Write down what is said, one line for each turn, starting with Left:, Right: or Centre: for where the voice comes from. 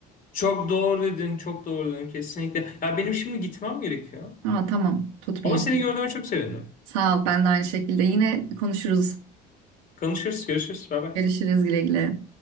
Left: Çok doğru dedin, çok doğru dedin kesinlikle. Ya benim şimdi gitmem gerekiyor.
Right: Ama tamam tutmayayım
Left: Ama seni
Right: seni.
Left: gördüğüme çok sevindim.
Right: Sağ ol ben de aynı şekilde. Yine konuşuruz.
Left: Konuşuruz, görüşürüz. Bay bay.
Right: Görüşürüz güle güle.